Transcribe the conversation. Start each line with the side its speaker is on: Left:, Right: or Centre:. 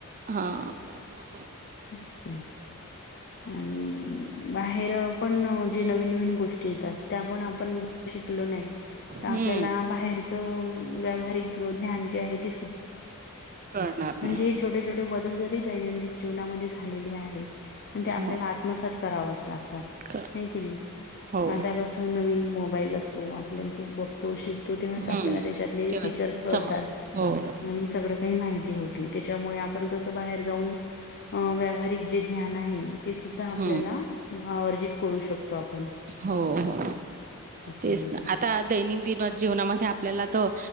Right: हां
Left: तेच ना आणि बाहेर पण जे नवीन नवीन गोष्टी येतात त्या आपण आपण शिकलो नाही
Right: हम्म
Left: तर आपल्याला बाहेर व्यावहारिक ज्ञान जे आहे ते
Right: करणार
Left: म्हण
Right: नाही
Left: छ ब दैनंदन जीवनामध्ये झालेली आहे प ते आपल्याला
Right: हो
Left: आत्मसात करावं अस की
Right: कर
Left: नाही
Right: हो
Left: आता कस नवीन मोबाईल असतो आपण तो बघतो श तो तेव्हाच
Right: हम्म
Left: आपल्याला त्याच्यातले
Right: तेव्हाच
Left: फीचर्स कळतात
Right: समा हो
Left: आणि सगळं काही माहिती होत त्याच्यामुळे आपण कसं बाहेर जाऊन व्यावहारिक जे ज्ञान आहे ते सुद्धा आपल्याला
Right: हम्म
Left: अर्जित करू शकतो आपण
Right: हो हो
Left: असं
Right: तेच
Left: होते
Right: ना आता दैनंदिन जीवनामध्ये आपल्याला तर